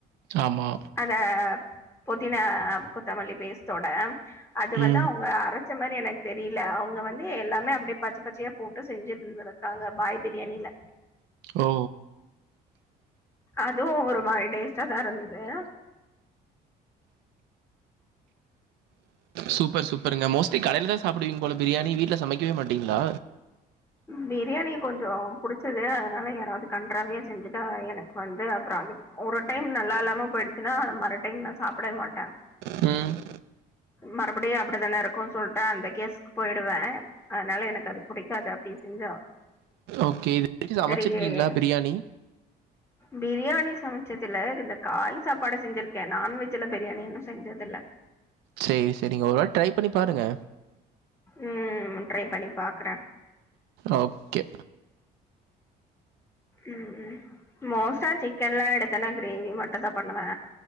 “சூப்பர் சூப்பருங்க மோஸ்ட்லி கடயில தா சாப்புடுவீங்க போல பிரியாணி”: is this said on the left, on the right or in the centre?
Right